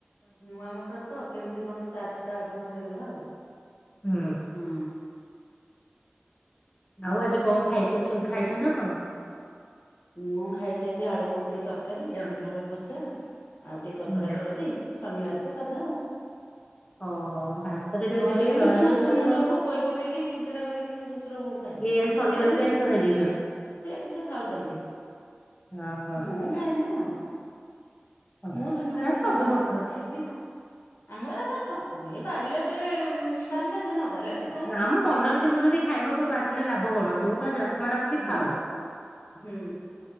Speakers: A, on the left; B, on the left.
A: ନୂଆ ମଟର ତ କେମିତି କଣ ଚାର୍ଜଟା ଅଧିକ ହେଇଗଲା ଆଉ।
B: ହୁଁ।
A: ହୁଁ
B: ଆଉ ଆଜି କଣ ଖାଇସାରିଚ ଖାଇଛନ୍ତି ଆପଣ।
A: ମୁଁ ଖାଇଚି ଆଜି ଆଳୁପକୁଡି ତରକାରୀ ଜହ୍ନିଆଳୁଭଜା ଆଉ ଟିକେ ଚକଟାଚକଟି।
B: ହୁଁ।
A: ଶନିବାରେ ତ ସାଧା ଆଉ।
B: ହଁ ଭାତରେ ଯଦି
A: ଘରେ
B: ଟିକେ
A: କିନ୍ତୁ
B: ଦଳାଦଳି
A: ସେ ମାଛମୁଣ୍ଡକୁ
B: କରିବ
A: ପୋଇପକେଇକି ଛିଞ୍ଚଡା କରିକି ସେ ଶଶୁର ବୋହୁ। ଖାଇଲେ
B: ଇଏ
A: ତାଙ୍କର
B: ଶନିବାର
A: ସେ ପାରିବେନି
B: ବି ଆଇଁଷ ଖାଇ ଦେଇଛନ୍ତି।
A: ସେ ସେ ଖାଉଛନ୍ତି।
B: ହଁ ହଁ
A: ମୁଁ ଖାଇନି ଆଉ।
B: ହଁ
A: ମୁଁ ଶନିବାରଟା
B: ନା ସବୁ
A: କେବଳ
B: ଗୋଟେ
A: ଆମ ଘରେ
B: ଗୋଟେ
A: ଖାଇବି ଉଁ। ଆମରତ ସବୁ ବାରିଲେ ସେ ବାରିଲା ଯିଏ ନ ବାରିଲା। ସେ ଖାଇବ
B: ନାମ ମନରେ ଥିବଯଦି ଖାଇବାକୁ ବାରିଲେ ଲାଭକଣ ଯୋଉଟାଆତ୍ମା ଡାକୁଚିଖାଅ?
A: ହୁଁ ହୁଁ